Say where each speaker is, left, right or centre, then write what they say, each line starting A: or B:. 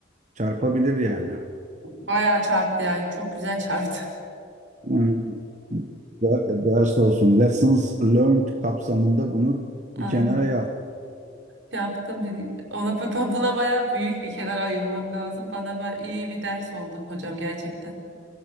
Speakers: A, on the right; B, on the right.
A: çarpabilir yani.
B: Bayağı çarptı ya çok güzel çarptı.
A: Hmm, der- Ders olsun. Lessons learned kapsamında bunu
B: <laughs> Aynen
A: bir kenara yaz.
B: yaptım bir ona bu- buna bayağı büyük bir kenar ayırmam lazım. Bana ba- iyi bir ders oldu hocam gerçekten.